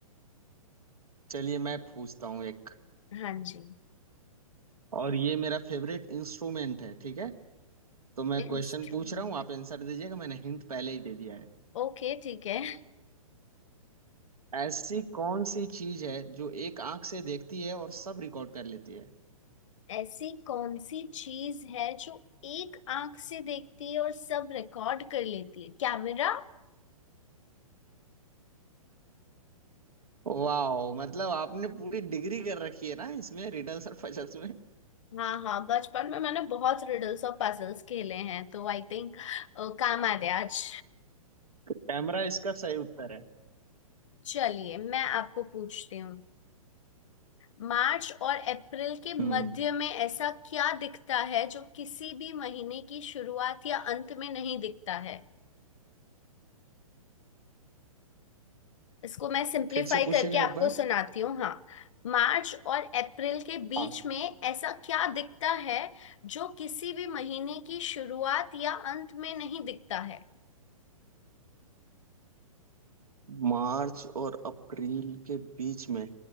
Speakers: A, on the right (about 80°); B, on the left (about 55°).
A: चलिए मैं पूछता हूँ एक
B: हाँ जी
A: और ये मेरा फेवरेट इंस्ट्रूमेंट है ठीक है तो मैं
B: इंस्ट्रूमेंट
A: क्वेश्चन पूछ रहा हूँ आप आंसर दीजिएगा मैंने हिंट पहले ही दे दिया है
B: ओके ठीक है
A: ऐसी कौन सी चीज है जो एक आंख से देखती है और सब रिकॉर्ड कर लेती है
B: ऐसी कौन सी चीज है जो एक आंख से देखती है और सब रिकॉर्ड कर लेती है कैमरा
A: वाह मतलब आपने पूरी डिग्री कर रखी है ना इसमें रिडल्स और पजल्स में
B: हाँ हाँ बचपन में मैंने बहुत रिडल्स और पजल्स खेले हैं तो आई थिंक काम आ गया आज
A: कैमरा इसका सही उत्तर है
B: चलिए मैं आपको पूछती हूँ मार्च और अप्रैल के मध्य
A: हम्म
B: में ऐसा क्या दिखता है जो किसी भी महीने की शुरुआत या अंत में नहीं दिखता है इसको मैं सिंपलीफाई
A: फिर से पूछिएगा
B: करके आपको
A: एक बार
B: सुनाती हूँ हाँ मार्च और अप्रैल के बीच
A: हाँ
B: में ऐसा क्या दिखता है जो किसी भी महीने की शुरुआत या अंत में नहीं दिखता है
A: मार्च और अप्रैल के बीच में